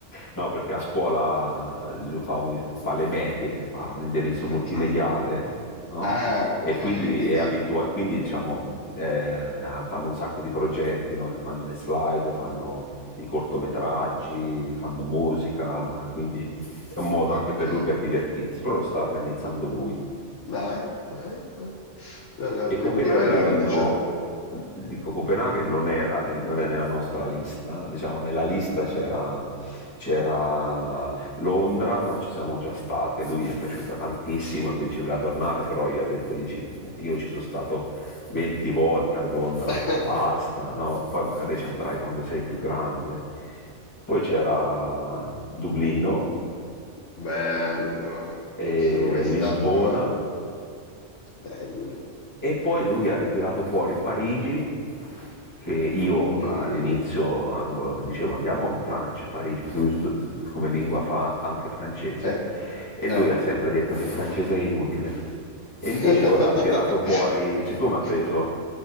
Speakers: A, on the left (about 15°); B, on the left (about 70°).
A: no, perché a scuola fa, un- fa le medie, fa un indirizzo multimediale,
B: Ok.
A: no?
B: Ah, ok,
A: E quindi
B: quindi
A: è abitua- quindi diciamo eh, fanno un sacco di progetti, no? Che fanno le slide, fanno i cortometraggi, fanno musica, quindi è un modo
B: ok.
A: anche per lui per divertirsi, però lo sta organizzando lui.
B: Dai, dai. ok. No, no,
A: E Copenaghen
B: il mio era un 18.
A: no, dico Copenaghen non, era, nel- non è nella nostra lista, diciamo nella lista c'era, c'era Londra, ma ci siamo già state, lui è piaciuta tantissimo e quindi ci voleva tornare, però io ho detto, gli ci- io ci sono stato 20 volte a Londra,
B: <laughs>
A: basta, no? Poi magari ci andrai quando sei più grande. Poi c'era Dublino,
B: Bello,
A: e
B: non sono mai
A: Lisbona
B: stato, ma Bello.
A: E poi lui ha ritirato fuori Parigi, che io all'inizio
B: Mm,
A: eh, dicevo andiamo in Francia, Parigi, perché lui stu- come lingua fa anche francese,
B: eh,
A: e
B: eh.
A: lui ha sempre detto che il francese è inutile. E
B: <laughs>
A: invece ora ha tirato fuori, siccome ha preso,